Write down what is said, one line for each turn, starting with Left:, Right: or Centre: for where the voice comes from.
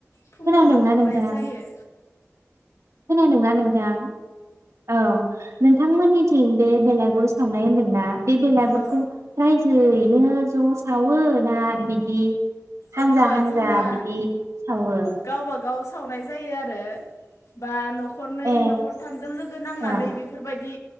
Left: फुङावनो
Right: खोनादोंना
Left: बावनाय
Right: नोंथां
Left: जायो।
Right: खोनादोंना नोंथां औ नोंथांमोननिथिं बे बेलागुर सावनाय होन्दोंना बे बेलागुखौ
Left: औ
Right: राइजो नै नो ज सावो ना बिदि हानजा
Left: ओहो
Right: हानजा
Left: जोंना
Right: बिदि सावो
Left: गावबा गाव सावनाय जायो आरो बा नख नखरनै
Right: ए
Left: नखरथामजों लोगो नांनानै
Right: ओं
Left: बेफोरबायदि